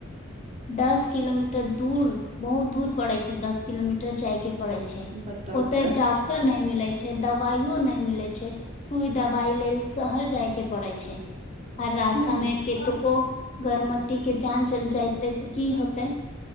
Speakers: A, on the left; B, on the right.
A: दस किलोमीटर दूर बहुत दूर पड़े छै दस किलोमीटर जाय के पड़ै छै
B: बताउ
A: ओते
B: तऽ
A: डॉक्टर नहि मिलै छै दबाइयो नहि मिलै छै सुई दबाई लेल शहर जायके पड़ैत छै आर रास्ता
B: हूँ
A: मे कतको गर्भमती के जान चल जायते तऽ की होते